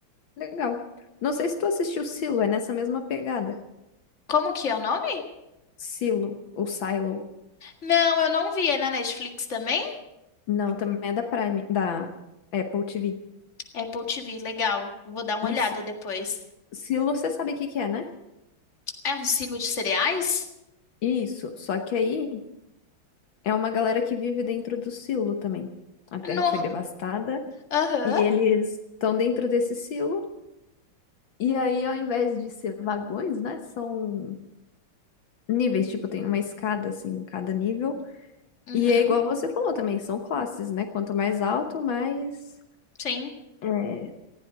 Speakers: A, on the left; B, on the left.
A: Legal. Não sei se tu assistiu Silo, é nessa mesma pegada.
B: Como que é o nome?
A: Silo ou Silo.
B: Não, eu não vi. É na Netflix também?
A: Não, também é da Prime, da Apple TV.
B: Apple TV, legal. Vou dar uma
A: Isso.
B: olhada depois.
A: Silo, você sabe o que que é, né?
B: É um silo de cereais?
A: Isso. Só que aí é uma galera que vive dentro do silo também. A terra
B: No.
A: foi devastada
B: Aham.
A: e eles estão dentro desse silo. E aí, ao invés de ser vagões, né? São níveis, tipo, tem uma escada, assim, em cada nível.
B: Uhum.
A: E é igual você falou também, são classes, né? Quanto mais alto, mais
B: Sim.
A: é,